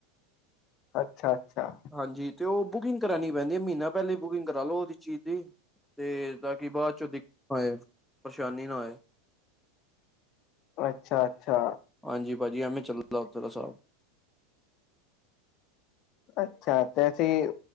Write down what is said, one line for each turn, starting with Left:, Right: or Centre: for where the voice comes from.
Left: ਅੱਛਾ-ਅੱਛਾ।
Centre: ਹਾਂਜੀ, ਅਤੇ ਉਹ ਬੁਕਿੰਗ ਕਰਾਉਣੀ ਪੈਂਦੀ ਹੈ, ਮਹੀਨਾ ਪਹਿਲਾਂ ਬੁਕਿੰਗ ਕਰਾ ਲਉ ਉਹਦੀ ਚੀਜ਼ ਦੀ। ਤੇ ਤਾਂ ਕਿ, ਬਾਅਦ ਚੋਂ ਦਿੱਕਤ ਨਾ ਆਏ, ਪਰੇਸ਼ਾਨੀ ਨਾ ਆਏ।
Left: ਅੱਛਾ -ਅੱਛਾ।
Centre: ਹਾਂਜੀ, ਭਾਜੀ ਐਵੇਂ ਚੱਲਦਾ ਉਧਰ ਲਾ ਹਿਸਾਬ।
Left: ਅੱਛਾ, ਤੇ ਅਸੀਂ